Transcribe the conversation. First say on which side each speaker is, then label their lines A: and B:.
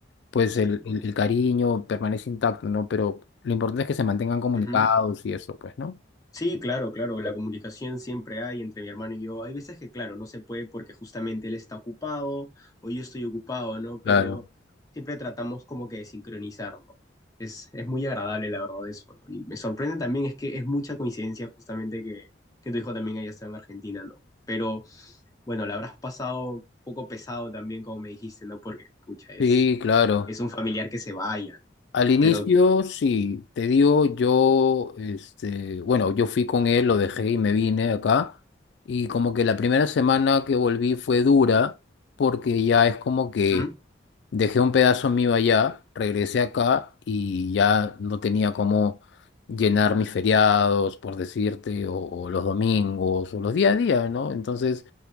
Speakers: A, on the left; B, on the left.
A: pues
B: sí,
A: el,
B: pues.
A: el- el cariño permanece intacto, ¿no? Pero lo importante es que se mantengan comunicados
B: Ujú.
A: y eso, pues, ¿no?
B: Sí, claro, claro, la comunicación siempre hay entre mi hermano y yo. Hay veces que, claro, no se puede porque justamente él está ocupado o yo estoy ocupado, ¿no? Pero
A: Claro.
B: siempre tratamos como que de sincronizar, ¿no? Es, es muy agradable, la verdad, eso, ¿no? Y me sorprende también es que es mucha coincidencia justamente que, que tu hijo también haya estado en Argentina, ¿no? Pero bueno, la habrás pasado un poco pesado también, como me dijiste, ¿no? Porque, pucha, es,
A: Sí, claro.
B: es un familiar que se vaya, ¿no?
A: Al inicio,
B: Pero,
A: sí, te digo, yo, este, bueno, yo fui con él, lo dejé y me vine acá. Y como que la primera semana que volví fue dura, porque ya es como que
B: ujú,
A: dejé un pedazo mío allá, regresé acá y ya no tenía cómo llenar mis feriados, por decirte, o, o los domingos, o los día a día, ¿no? Entonces